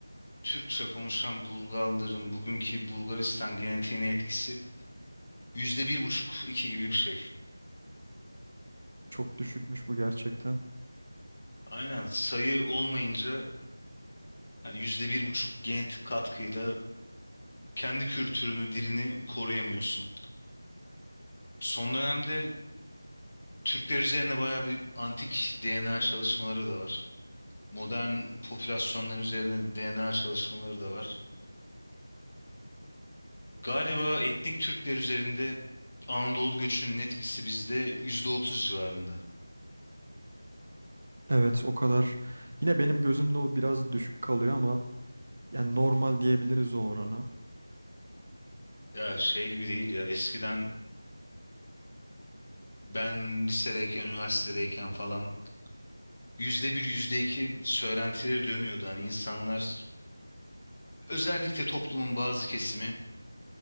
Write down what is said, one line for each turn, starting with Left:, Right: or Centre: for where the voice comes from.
Left: Türkçe konuşan Burgalların bugünkü Bulgaristan genetiğine etkisi yüzde bir buçuk iki gibi bir şey.
Right: Çok düşükmüş bu gerçekten.
Left: Aynen sayı olmayınca yani yüzde bir buçuk genetik katkıyla kendi kültürünü, dilini koruyamıyorsun. Son dönemde Türkler üzerine bayağı bir antik DNA çalışmaları da var. Modern popülasyonlar üzerine DNA çalışmaları da var. Galiba etnik Türkler üzerinde Anadolu göçünün etkisi bizde %30 civarında.
Right: Evet o kadar. Yine benim gözümde o biraz düşük kalıyor ama yani normal diyebiliriz o orana.
Left: Ya şey gibi değil ya eskiden ben lisedeyken, üniversitedeyken falan yüzde bir %2 söylentileri dönüyordu. Hani insanlar özellikle toplumun bazı kesimi